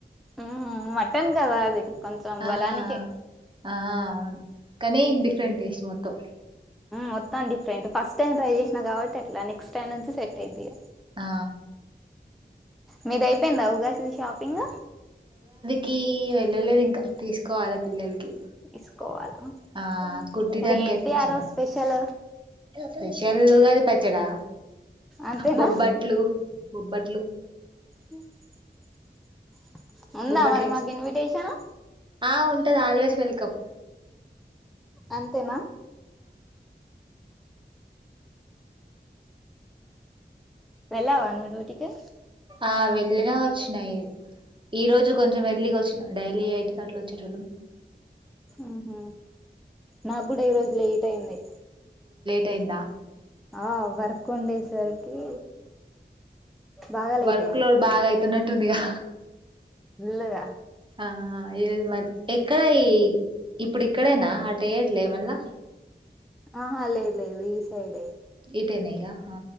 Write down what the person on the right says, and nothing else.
ఆ ఆ
ఆ అవును కానీ డిఫరెంట్ టేస్ట్ మొత్తం
ఆ
క వెళ్ళలేదు ఇంకా తీసుకోవాలి పిల్లలకి
ఆ కుట్టటిడానికి
అయితే ఇచ్చినా
స్పెషల్గాది పచ్చడా
బొబ్బట్లు బొబ్బట్లు
బొబ్బట్లు
చేసిరు
ఆ ఉంటుది ఆలోచ వెల్కమ్
ఆ వెళ్ళిన వచ్చినాయి ఈ రోజు కొంచెం ఎర్లీగా వచ్చినాం డైలీ ఎయిట్ కి అట్లా వచ్చేట వాళ్ళు
టేన్నా
వర్క్
లోడ్ బాగాయితు న టుదిగా
ఆ ఈరోజు మరి ఎక్కడ ఈ ఇప్పుడు ఇక్కడేనా <unintelligible> మల్ల
<unintelligible> నయి ఆ